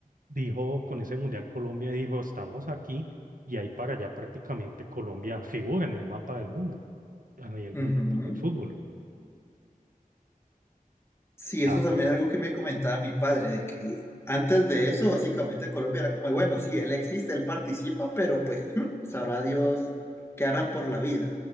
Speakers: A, on the right; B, on the left.
A: dijo, con ese Mundial Colombia dijo, estamos aquí. Y ahí para allá prácticamente Colombia figura en el mapa del mundo, a nivel
B: Ujú.
A: mundo, que es fútbol.
B: Sí, eso
A: Ah,
B: también es algo que me comentaba mi padre, de que antes de eso, básicamente Colombia era como, bueno, sí, él existe, él participa, pero pues mm, sabrá Dios qué harán por la vida.